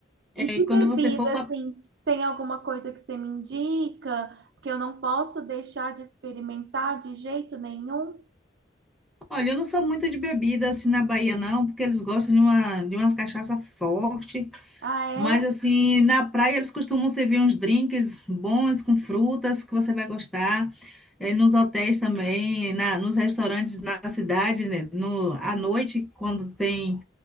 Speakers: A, in the centre; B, on the right.
A: É,
B: E de
A: e quando
B: bebida,
A: você for para.
B: assim, tem alguma coisa que você me indica? Porque eu não posso deixar de experimentar de jeito nenhum.
A: Olha, eu não sou muito de bebida assim na Bahia, não, porque eles gostam de uma, de umas cachaça forte.
B: Ah, é?
A: Mas assim, na praia eles costumam servir uns drinks bons com frutas que você vai gostar. É, nos hotéis também, na, nos restaurantes na cidade, né? No, à noite, quando tem